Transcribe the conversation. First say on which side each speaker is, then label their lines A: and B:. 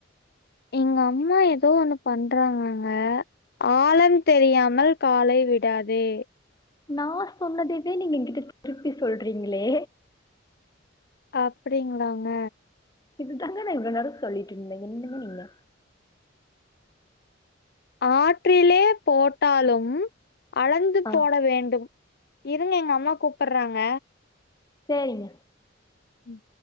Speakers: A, on the left; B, on the left.
A: எங்க அம்மா எதோ ஒண்ணு பண்றாங்கங்க ஆழம் தெரியாமல் காலை விடாதே
B: நா சொன்னதைவே நீங்க என்கிட்ட திருப்பி சொல்றீங்களே
A: அப்டிங்களாங்க
B: இதுதாங்க நா இவ்ளோ நேர சொல்லிட் இருந்தே என்னங்க நீங்க
A: ஆற்றிலே போட்டாலும் அளந்து
B: ஆ
A: போட வேண்டும் இருங்க எங்க அம்மா கூப்பிட்றாங்க
B: சேரிங்க
A: உம்